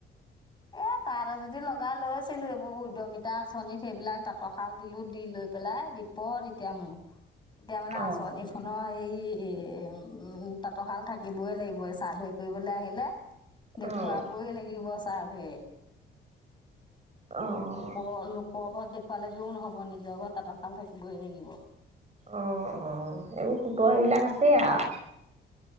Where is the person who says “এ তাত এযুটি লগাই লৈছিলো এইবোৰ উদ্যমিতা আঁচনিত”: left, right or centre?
Left